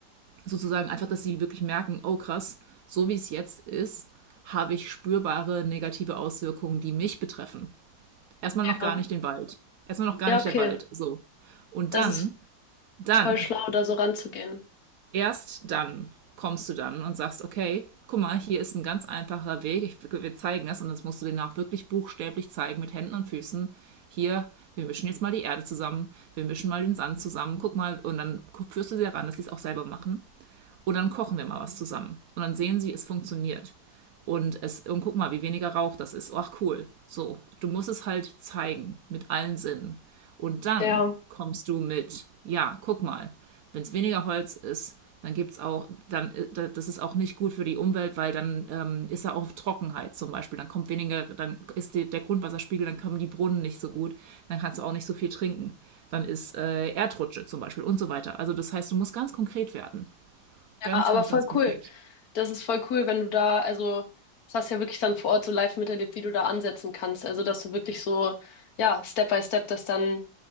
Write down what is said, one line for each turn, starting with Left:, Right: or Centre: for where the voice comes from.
Right: sozusagen einfach, dass sie wirklich merken, oh krass, so wie es jetzt ist, habe ich spürbare negative Auswirkungen, die mich betreffen. Erstmal
Left: ja,
Right: noch gar nicht den Wald. Erstmal noch gar
Left: ja,
Right: nicht
Left: okay.
Right: der Wald. So. Und
Left: Das
Right: dann,
Left: ist
Right: dann
Left: voll schlau, da so ranzugehen.
Right: erst dann kommst du dann und sagst, okay, guck mal, hier ist ein ganz einfacher Weg, ich, wir zeigen das und das musst du denen auch wirklich buchstäblich zeigen mit Händen und Füßen. Hier, wir mischen jetzt mal die Erde zusammen, wir mischen mal den Sand zusammen, guck mal, und dann führst du sie daran, dass sie es auch selber machen. Und dann kochen wir mal was zusammen. Und dann sehen sie, es funktioniert. Und, es, und guck mal, wie weniger Rauch das ist. Ach cool. So, du musst es halt zeigen mit allen Sinnen. Und dann
Left: Ja,
Right: kommst du mit, ja, guck mal, wenn es weniger Holz ist, dann gibt's auch, dann das ist auch nicht gut für die Umwelt, weil dann ähm, ist er auch Trockenheit zum Beispiel. Dann kommt weniger, dann ist die, der Grundwasserspiegel, dann kommen die Brunnen nicht so gut, dann kannst du auch nicht so viel trinken. Dann ist äh, Erdrutsche zum Beispiel und so weiter. Also das heißt, du musst ganz konkret werden.
Left: ja,
Right: Ganz,
Left: aber
Right: ganz,
Left: voll
Right: ganz konkret.
Left: cool. Das ist voll cool, wenn du da, also, das hast du ja wirklich dann vor Ort so live miterlebt, wie du da ansetzen kannst. Also, dass du wirklich so, ja, Step by Step das dann